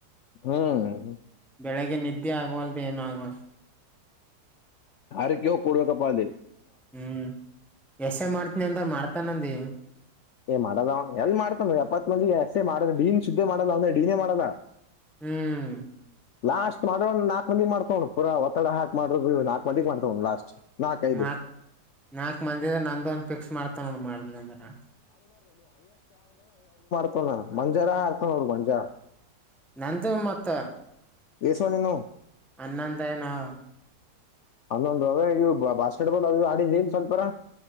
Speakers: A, on the left (about 85°); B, in the centre.
A: ಹಾ <unintelligible>
B: ಬೆಳಗ್ಗೆ ನಿದ್ದೆ ಆಗವಲ್ದು ಏನು ಆಗವಲ್ದ
A: ಆರಕೆಯೋ ಕೊಡಬೇಕಪ್ಪ ಅೆ <unintelligible>
B: ಹ್ಮ್ ಎಷ್ಟೇ <unintelligible> ಮಾಡ್ತೀನಿ ಅಂದರು ಮಾಡ್ತಾನಂದ ಹ <unintelligible>
A: ಏ ಮಾಡಲ್ಲ ಎಲ್ ಮಾಡ್ತಾನ ಎಪ್ಪತ್ ಮಂದಿಗೆ ಅಷ್ಟೇ <unintelligible> ಮಾಡ ಡನ್ ಶುದ್ದೆ ಮಾಡಲ್ಲ ಅಂದ್ರೆ ಡೀನೇ ಮಾಡಲ್ಲ
B: ಹ್ಮ್
A: ಲಾಸ್ಟ್ ಮಾಡಿದ್ ಒ್ ನಾಲ್ಕ್ ಮಂದಿಗ್ ಮಾಡತನಾ ಪುರ ಒತ್ತಡ ಹಾಕ್ ಮಾಡ್ರರು ನಾಲ್ಕ್ ಮಂದಿಗ್ ಮಾಡ್ತನ ನೋಡು ಲಾಸ್ಟ್ ನಾಕೈದು
B: ನಾಕ್ ನಾಕ ಮಂದಿದ ನಂದ ಒಂದ ಫಿಕ್ಸ್ ಮಾಡ್ತಾನ ನೋಡು ಮಾಡಿದ್ರ <unintelligible>
A: <unintelligible> ಮಂಜಾರಾ <unintelligible> ಮಂಜಾರ
B: ನಂದು ಮೊತ್ತ
A: ಎಸವ ನಿನುೋ,
B: ಅನ್ನೊಂದು ಏನ ಅವ
A: ಹನ್ನೊಂದು ಅವ ಬಾಸ್ಕೆಟ್ಬಾಲ್ ಅವ ಆಡಿದ್ದ ಇನ್ ಸ್ವಲ್ಪರ